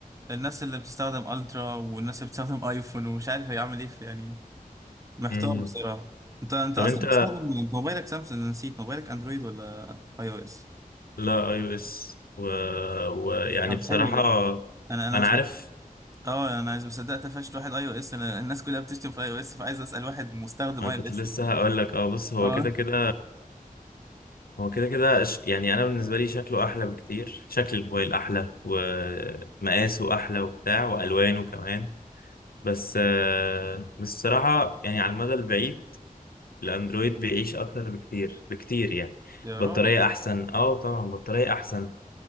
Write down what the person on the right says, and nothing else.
الناس اللي بتستخدم الترا والناس اللي بتستخدم ايفون ومش عارف هيعمل ايه في- يعني محتار
بصراحة انت انت
اصلا
بتستخدم انت موبايلك سامسونج أنا نسيت موبايلك اندرويد ولا اي او اس
طب
حلو ده انا انا
اه انا مش مصدق قفشت واحد اي او اس انا الناس كلها بتشتم في اي او اس فعايز اسال واحد مستخدم
اي
او اس
بقى.
اه
يا
راجل